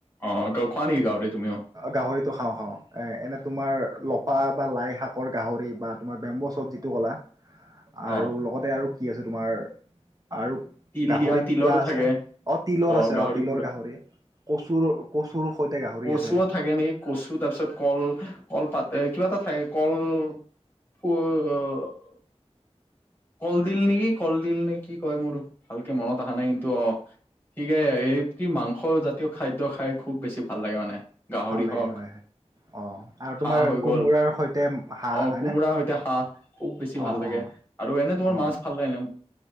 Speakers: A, on the left; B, on the right.
A: অ ত খোৱা নে গাহৰি ও তুমি অ
B: গাহৰিতটো খাওঁ খাওঁ এ এনে তোমাৰ লপা বা লাই শাকৰ গাহৰি বা তোমাৰ বেম্বছত যিটো ক'লা আৰু
A: অ
B: লগতে আৰু কি আছে তোমাৰ আৰু
A: তিল
B: গাহৰি
A: দিয়া তিলৰো
B: পুৰা আছে
A: থাকে
B: অ তিলৰ আছে
A: গাহৰি
B: অ তিলৰ
A: পুৰা
B: গাহৰি কচুৰ কচুৰ সৈতে গাহৰি
A: কচুও
B: আছে
A: থাকে নেকি কচু তাৰ পিছত কল কল পাত কিবা এটা থাকে কল <unintelligible> কল দিল নেকি কল দিল নে কি কয় মোৰ ভালকে মনত অহা নাই কিন্তু অ ঠিকে এই কি মাংস জাতীয় খাদ্য খাই খুব বেছি ভাল লাগে মানে গাহৰি
B: ভাল লাগে
A: হওক
B: হয় হয়। অ', আৰু তোমাৰ
A: হাঁহ হৈ গ'ল
B: কোমোৰাৰ সৈতে হাঁহ
A: অ
B: হয়নে
A: কোমোৰা
B: অ',
A: সৈতে হাঁহ খুব বেছি ভাল লাগে
B: অ'।
A: আৰু এনে তোমাৰ
B: অ
A: মাছ ভাল লাগেনে?